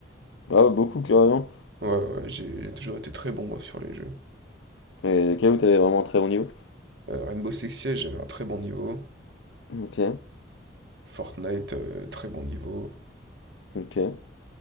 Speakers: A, on the left; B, on the right.
A: Ah ouais, beaucoup, carrément.
B: Ouais, ouais, j'ai j'ai toujours été très bon, moi, sur les jeux.
A: Et lesquels où t'avais vraiment un très bon niveau?
B: Euh, Rainbow Six Siege, j'avais un très bon niveau.
A: Ok,
B: Fortnite, euh, très bon niveau.
A: ok.